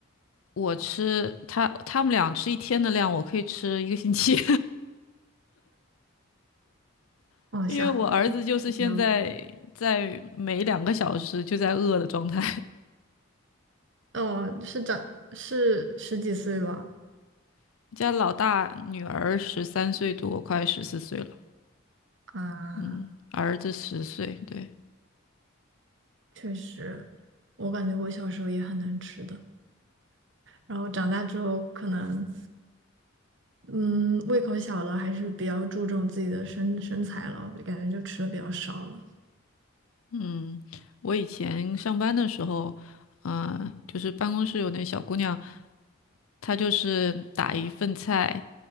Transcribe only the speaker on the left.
我吃他他们俩吃一天的量，我可以吃一个星期，<laughs>
因为我儿子就是现在在每两个小时就在饿的状态。
<laughs> 家老大女儿十三岁多，快十四岁了，
嗯，儿子十岁，对。
嗯，我以前上班的时候，啊、就是办公室有那小姑娘，她就是打一份菜，